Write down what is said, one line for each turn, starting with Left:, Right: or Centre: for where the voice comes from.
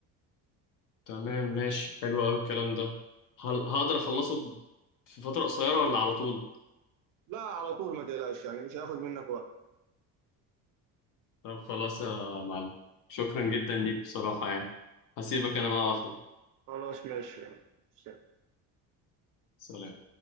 Left: تمام ماشي حلو قوي الكلام ده هل هقدر اخلصه في فترة قصيرة ولا على طول
Right: لا على طول ما تقلقش يعني مش هياخد منك وقت
Left: طب خلاص يا معلم شكرا جدا ليك بصراحة يعني هسيبك انا بقى واخلع
Right: خلاص ماشي يلا.
Left: سلام